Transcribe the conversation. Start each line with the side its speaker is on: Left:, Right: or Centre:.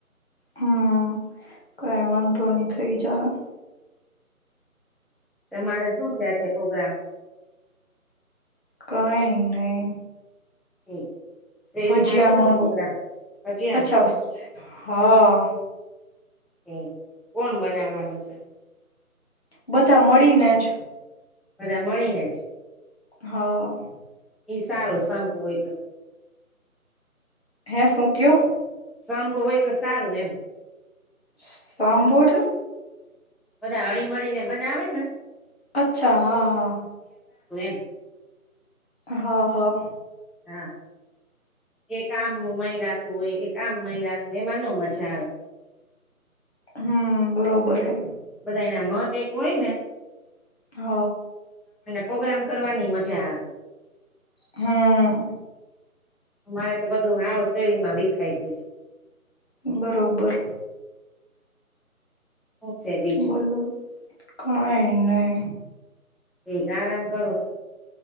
Left: હમ કઈ વાંધો નહી થઇ જાહે.
Centre: તમારે શું છે આજે પ્રોગ્રામ?
Left: કઈ નહી.
Centre: ઠેક. શેરીમાં
Left: ભજીયા
Centre: સેનો
Left: નો
Centre: પ્રોગ્રામ
Left: ને
Centre: ભજીયાનો?
Left: અચ્છા હા.
Centre: હમ કોણ બનાવાનું છે.
Left: બધા મળીને જ
Centre: બધા મળી ને જ
Left: હા.
Centre: એ સારો સંંભું હોય તો.
Left: હે શું કયો?
Centre: સંપ હોય તો સારું એમ.
Left: સાંભો એટલે?
Centre: બધા હળી મળળી ને બનાવે ને.
Left: અચ્છા હા હા.
Centre: હ <unintelligible>
Left: હા હા.
Centre: હા. એક આમ મયરાતું હોય એક આમ મય રાતું હોય એમાં ન મજા આવે.
Left: હમ બરોબર હે.
Centre: બધાયના મત એક હોય ને.
Left: હ.
Centre: પ્રગ્રામ કરવાની મજા આવે.
Left: હમ.
Centre: અમારે તો બધું હાવ શેરીમાં વિખાઈ ગયું છે.
Left: બરોબર.
Centre: હ છે બીજું.
Left: બોલો કઈ નહી.
Centre: ઠીક આરામ કરો છો.